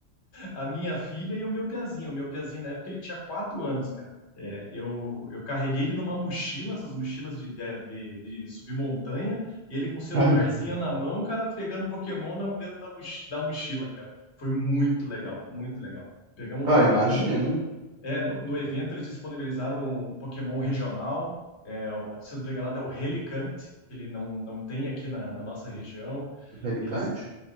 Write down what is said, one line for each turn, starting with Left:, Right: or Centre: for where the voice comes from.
Left: a minha filha e o meu piazinho. O meu piazinho, na época, ele tinha quatro anos, cara. É, eu, eu carreguei ele numa mochila, essas mochilas de, de, de- de subir montanha, e ele com o celularzinho
Right: <laughs> sabe?
Left: na mão, cara, pegando Pokémon na- dentro da, mochi- da mochila, cara. Foi muito legal, muito legal. Pegamos
Right: Ah,
Left: um Pokémon
Right: imagino.
Left: lá. É, no, no evento eles disponibilizaram um Pokémon regional, é, o- se eu não estou enganado, é o Relicante, que ele não, não tem aqui na, na nossa região.
Right: Relicante?
Left: Eles